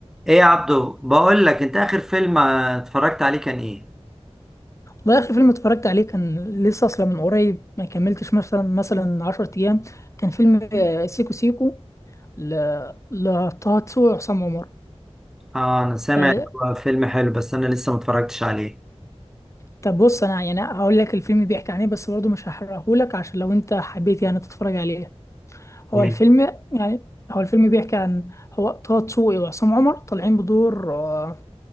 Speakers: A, in the centre; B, on the left.
A: ايه يا عبدو بقول لك انت اخر فيلم آه، اتفرجت عليه كان ايه
B: والله آخر فيلم اتفرجت عليه كان لسه أصلا من قريب ما كملتش مثلا مثلا 10 أيام كان فيلم آه، سيكو سيكو ل... لطه دسوقي وعصام عمر
A: اه انا سامع
B: آه،
A: إن هو فيلم حلو بس انا لسه ما اتفرجتش عليه
B: طب بص أنا يعني هقول لك الفيلم بيحكي عن إيه بس برضه مش هحرقهولك عشان لو أنت حبيت يعني تتفرج عليه
A: تمام
B: هو الفيلم يعني هو الفيلم بيحكي عن هو طه دسوقي وعصام عمر طالعين بدور آه،